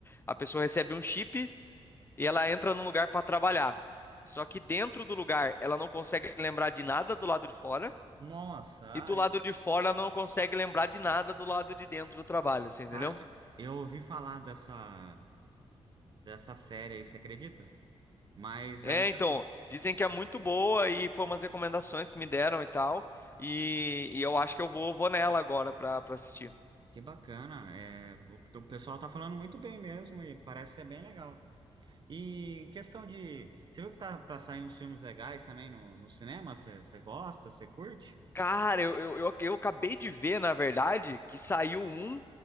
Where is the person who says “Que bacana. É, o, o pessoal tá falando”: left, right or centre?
Right